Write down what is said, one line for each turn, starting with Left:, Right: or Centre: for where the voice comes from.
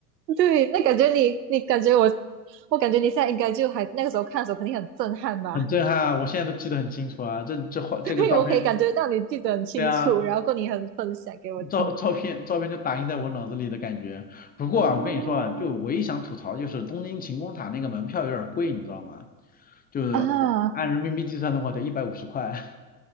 Right: 对，那感觉你你感觉我，我感觉你现在应该就还那个时候看的时候肯定很震撼吧？
Left: 很震撼啊！我现在都记得很清楚啊，这这画这个照片，
Right: <laughs> 对，我可以感觉到你记得很清楚，
Left: 对啊，
Right: 然后过你很分享给我听。
Left: 照照片照片就打印在我脑子里的感觉。不过啊，
Right: 哦
Left: 我跟你说啊，就唯一想吐槽就是东京晴空塔那个门票有点贵，你知道吗？就是我按人民币计算的话得一百五十块，
Right: 啊，